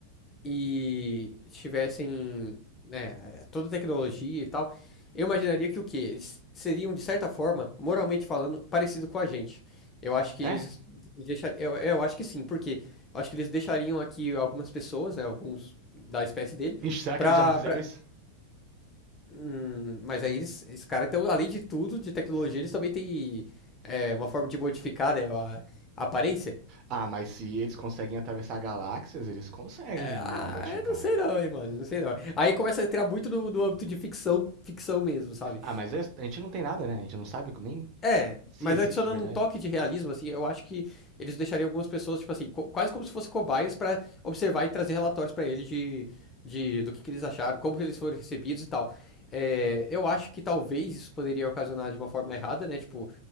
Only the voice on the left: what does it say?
e tivessem, né, toda a tecnologia e tal, eu imaginaria que o quê? Eles seriam, de certa forma, moralmente falando, parecido com a gente. Eu acho que
eles deixar, eu, eu acho que sim, porque eu acho que eles deixariam aqui algumas pessoas, né, alguns da espécie dele,
pra,
pra...
Hum, mas aí eles, esse cara, então, além de tudo, de tecnologia, eles também têm é, uma forma de modificar, né, a a aparência.
É, ah,
eu não sei não, hein, mano. Não sei não. Aí começa a entrar muito no, no âmbito de ficção, ficção mesmo, sabe?
É,
mas
adicionando
um toque de realismo, assim, eu acho que eles deixariam algumas pessoas, tipo assim, co- quase como se fossem cobaias pra observar e trazer relatórios pra eles de, de, do que, que eles acharam, como que eles foram recebidos e tal. É, eu acho que talvez isso poderia ocasionar de uma forma errada, né? Tipo,